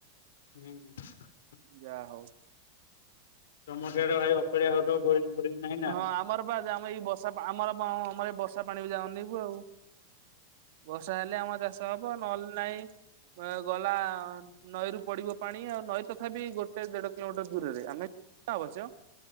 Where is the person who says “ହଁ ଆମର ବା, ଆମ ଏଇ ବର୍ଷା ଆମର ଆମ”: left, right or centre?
Right